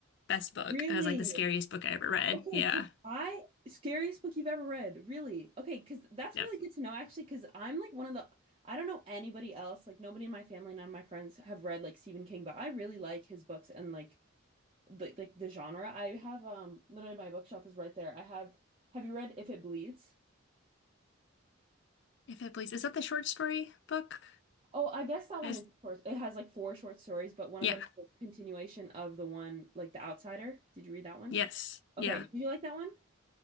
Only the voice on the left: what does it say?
best book.
It was like the scariest book I ever read.
Yeah.
Yep.
If it please. Is that the short story book?
Is
yeah.
Yes. Yeah.